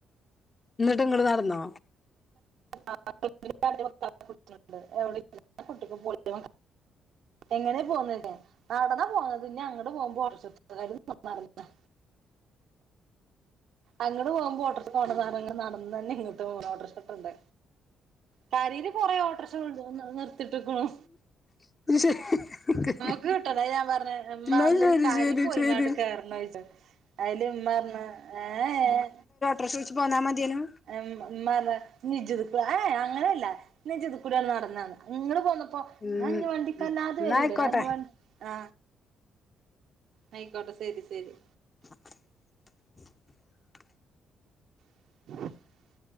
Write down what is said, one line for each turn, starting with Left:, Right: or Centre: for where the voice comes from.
Left: എന്നിട്ട് ഇങ്ങള് നടന്നോ?
Right: <unintelligible> എങ്ങനെ പോന്നട്ട. നടന്ന പോന്നത് ഇന്ന അങ്ങട് പോകുമ്പോ <unintelligible> നന്നാറുന്നില്ല അങ്ങട് പോവുമ്പോ ഓട്ടർഷെ ഓട സധനങ്ങ നടന്ന്ന്നെ ഇങ്ങട്ട് പോ ഓട്ടർഷട്ടുണ്ട്. കരയില് കൊറെ ഓട്ടർക്ഷ ഉള്ള നിർത്തിട്ടിക്ക്‌ണു.
Left: <unintelligible>
Right: ത് കിട്ട ഞാൻ പറഞ് ഇമ്മാ
Left: എന്നാ
Right: അന്ന്
Left: ശരി
Right: ഇനി കാരി
Left: ശരി
Right: പോയി
Left: ശരി
Right: ഇങ്ങാണ്ട്‌ കേറണ് ചോയി അയില് ഉമ്മാറഞ് ഏഏ
Left: പ്രഷവിച്ച് പോന്നാ മതിയെനു.
Right: <unintelligible> നിജിത് ഏ അങ്ങനെയല്ല നിജുദക്കൂടിയെങ്ങ നടന്നണ്. നിങ്ങള് പോന്നപ്പോ
Left: ഉം
Right: ഞ ഇഞ്ഞി വണ്ടിക്കല്ലാതെ
Left: എന്നാ
Right: വരൂലേ
Left: ആയിക്കോട്ടെ
Right: ഞാ ഇഞ്ഞി വണ്ടി ആ ആയിക്കോട്ടെ ശരി, ശരി.
Left: <inaudible>
Right: <inaudible>